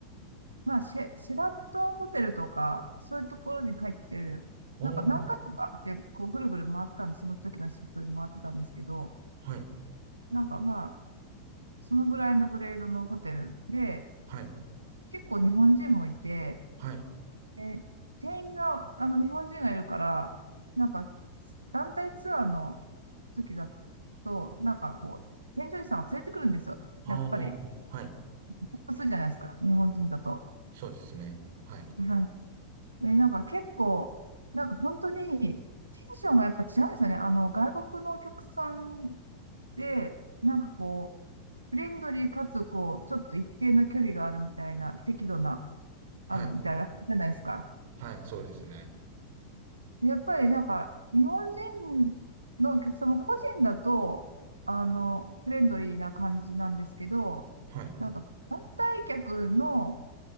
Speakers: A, on the right; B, on the right.
A: まあ、シェ、シェラトンホテルとか、そういうところに入ってる、
B: ああ、
A: なんか何か所かあって、こう、ぐるぐる回ったんで、その時のシフトで回ってたんですけど、
B: はい。
A: なんかまあ、そのぐらいのグレードのホテルで、
B: はい。
A: 結構日本人もいて、
B: はい。
A: で、全員が、あの、日本人がいるから、なんか、団体ツアーの時だと、なんかこう、添乗員さんが連れてくるんですよ。
B: ああ、
A: やっぱり、
B: はい。
A: 複数じゃないですか、日本人だと。
B: そうですね。はい。
A: はい。で、なんか結構、なんか本当に、テンションがやっぱ違うんですよね。あの、外国のお客さんで、なんかこう、フレンドリーかつ、こう、ちょっと一定の距離があるみたいな、適度な、
B: はい。
A: あるみたいな、じゃないですか。
B: はい。そうですね。
A: やっぱりなんか、日本人のお客様、個人だと、あの、フレンドリーな感じなんですけど、
B: はい。
A: なんか、団体客の、